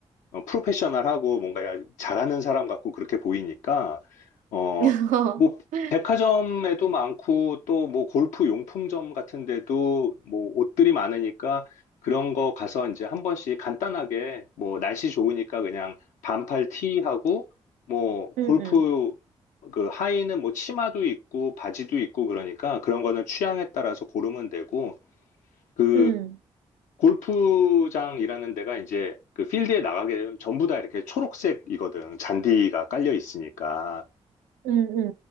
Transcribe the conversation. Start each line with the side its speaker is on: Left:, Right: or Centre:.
Left: 어, 프로페셔널하고 뭔가 잘하는 사람 같고 그렇게 보이니까, 어,
Right: <laughs>
Left: 뭐, 백화점에도 많고 또 뭐 골프 용품점 같은 데도 뭐 옷들이 많으니까 그런 거 가서 이제 한 번씩 간단하게 뭐 날씨 좋으니까 그냥 반팔 티하고 뭐
Right: 응응.
Left: 골프 그 하의는 뭐 치마도 있고 바지도 있고 그러니까 그런 거는 취향에 따라서 고르면 되고 그
Right: 응.
Left: 골프장이라는 데가 이제 그 필드에 나가게 되면 전부 다 이렇게 초록색이거든. 잔디가 깔려 있으니까.
Right: 응응.